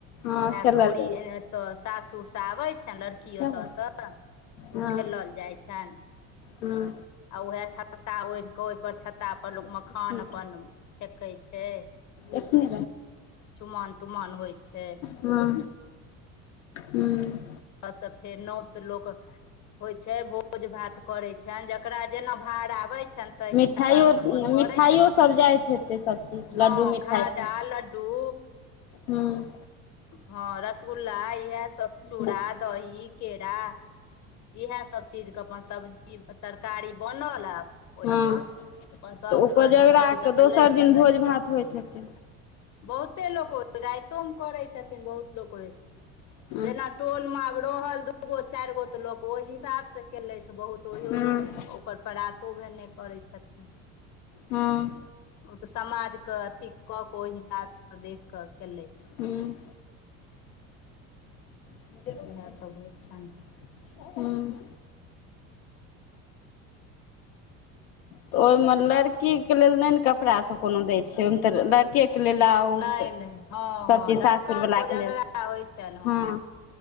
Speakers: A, on the left (about 80°); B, on the left (about 45°).
A: हँ
B: उएह
A: खेलल
B: कौड़ी
A: जाइ
B: तऽ सासुर सँ आबै छैन लड़की
A: छै
B: की ओतऽ स,
A: हँ
B: ओ खेलल जाइ छैन
A: हँ
B: आ उएह छत छत्ता ओढ़ कऽ ओहिपर छत्ता पर लोक मखान
A: एखने
B: अपन फेेकै छै।
A: एखने एखने
B: चुमाओन तुमाओन होइ छै।
A: हुँ हुँ।
B: ओ से फेर नौत लोक होइ छै भोज भात करैत छनि जेकरा जेना भार आबैत छनि ताहि
A: मिठाईओ
B: हिसाबसँ अपन
A: मिठाईओ
B: करै छथिन
A: सभ जाइत हेतै सभ चीज
B: हँ
A: लड्डू मिठाई
B: खाजा
A: सभ।
B: लड्डू
A: हूँ।
B: हँ रसगुल्ला इएह सब चूड़ा
A: हूँ
B: दही केरा इएह सभ चीजके अपन सब्जी तरकारी बनल आ ओहिमे
A: हँ
B: अपन सबके
A: तऽ ओ कोजगराके
B: नोत द
A: दोसर
B: एलैथ
A: दिन भोज भात होइत हेतै।
B: बहुते लोक ओहि रातिमे करै छथिन बहुत लोक ओहि
A: <inaudible>
B: जेना टोल में आब रहल दूगो चारि गो तऽ लोक ओहि हिसाब से केलेथि, बहुत ओहियो
A: हूँ
B: दिन ओकर परातो भेने करै छथिन।
A: हुँ।
B: ओ तऽ समाज क अथी कऽ के ओहि हिसाब से देख कऽ केलैथ।
A: हुँ <unintelligible>
B: इएह सब होइ छनि
A: हुँ तऽ ओइमे लड़की के लेल नय ने कपड़ा सब कोनो दै छै ओहिमे तऽ लड़ केक लैल आउत
B: नहि नहि हँ
A: सब
B: हँ
A: चीज
B: लड़का
A: सासुर वालाक
B: कोजगरा
A: के लेल
B: होइ छनि हँ
A: हुँ